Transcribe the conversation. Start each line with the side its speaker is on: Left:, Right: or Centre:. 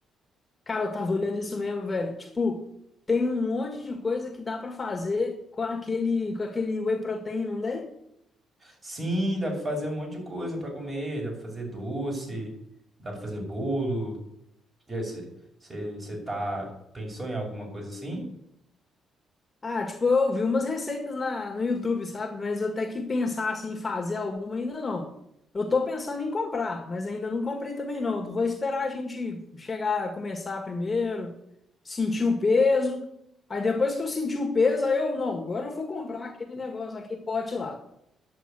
Left: Cara, eu tava olhando isso mesmo, velho. Tipo, tem um monte de coisa que dá pra fazer com aquele, com aquele whey protein, não é?
Right: Sim, dá pra fazer um monte de coisa pra comer, dá pra fazer doce, dá pra fazer bolo. E aí, você você- você tá, pensou em alguma coisa assim?
Left: Ah, tipo, eu vi umas receitas na, no YouTube, sabe? Mas eu até que pensar assim, em fazer alguma ainda não. Eu tô pensando em comprar, mas ainda não comprei também não. Vou esperar a gente chegar, começar primeiro, sentir o peso. Aí depois que eu sentir o peso, aí eu, não, agora eu vou comprar aquele negócio, aquele pote lá.